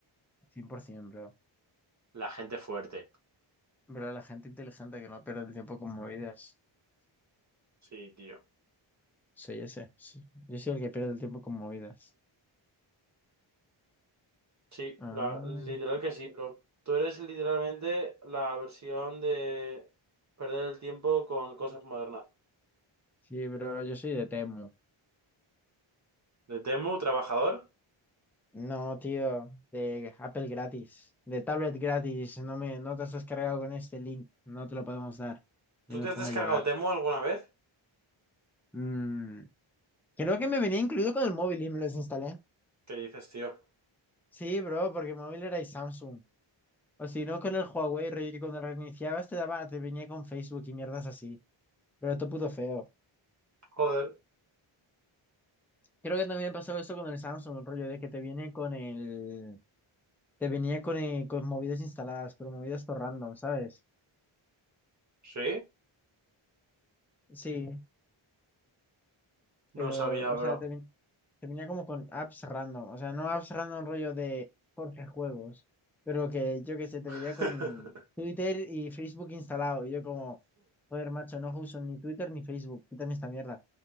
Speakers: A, in the centre; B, on the right.
A: 100%, bro.
B: La gente fuerte.
A: Pero la gente inteligente que no pierde el tiempo con movidas.
B: Sí, tío.
A: Soy ese. sí. Yo soy el que pierde el tiempo con movidas.
B: Sí,
A: Ah,
B: la, literal que sí, bro. Tú eres literalmente la versión de perder el tiempo con cosas modernas.
A: sí, bro, yo soy de Temu.
B: De Temu, trabajador.
A: No, tío, de Apple gratis, de tablet gratis, no me, no te has descargado con este link, no te lo podemos dar. Yo
B: ¿Tú
A: me
B: te
A: pongo
B: has descargado
A: a llorar.
B: Temu alguna vez?
A: Mm, creo que me venía incluido con el móvil y me lo desinstalé
B: ¿Qué dices, tío?
A: Sí, bro, porque el móvil era y Samsung. O si no, con el Huawei, rollo que cuando reiniciabas te daba, te venía con Facebook y mierdas así. Pero todo puto feo.
B: Joder.
A: Creo que también pasó eso con el Samsung, rollo de que te viene con el, te venía con, el- con movidas instaladas, pero movidas por random, ¿sabes?
B: ¿Sí?
A: Sí. Pero,
B: No sabía,
A: o
B: bro.
A: sea, termi- termina como con apps random. O sea, no apps random rollo de Jorge Juegos. Pero que yo que sé, te
B: <laughs>
A: vería con Twitter y Facebook instalado. Y yo como, joder, macho, no uso ni Twitter ni Facebook. Quítame esta mierda.